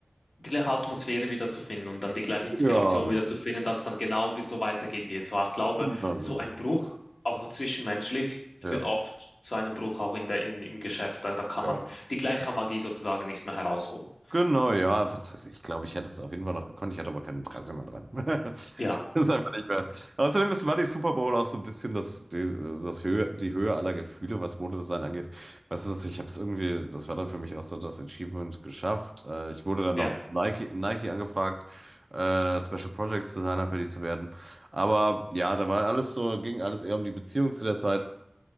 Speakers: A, on the left; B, on the right.
A: die gleiche Atmosphäre wieder zu finden und dann die gleiche
B: Ja,
A: Inspiration
B: genau.
A: wieder zu finden, dass es dann genau wie- so weitergeht, wie es war. Ich glaube,
B: Ja, genau.
A: so ein Bruch, auch zwischenmenschlich, führt
B: Ja,
A: oft zu einem Bruch auch in der, in, im Geschäft. Da, da kann
B: ja.
A: man die gleiche Magie sozusagen nicht mehr herausholen.
B: Genau, ja, was weiß ich glaube, ich hätte es auf jeden Fall noch gekonnt. Ich hatte aber kein Interesse mehr dran. <laughs> Ich
A: Ja,
B: bin es einfach nicht mehr. Außerdem ist, war die Super Bowl auch so ein bisschen das, die, das Höhe, die Höhe aller Gefühle, was Modedesign angeht. Weißt du, ich habe es irgendwie, das war dann für mich auch so das Achievement geschafft. Äh, Ich wurde dann
A: ja,
B: noch Nike, Nike angefragt, äh, Special Projects Designer für die zu werden. Aber ja, da war alles so, ging alles eher um die Beziehung zu der Zeit.